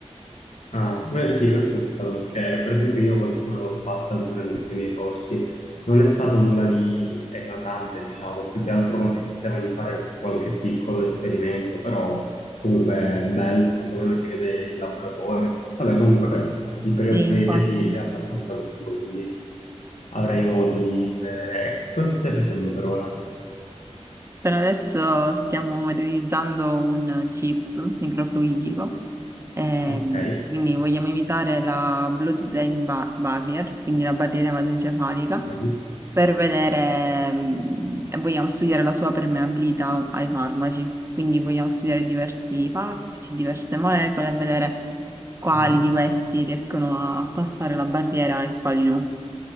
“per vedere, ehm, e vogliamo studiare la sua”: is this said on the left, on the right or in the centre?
Right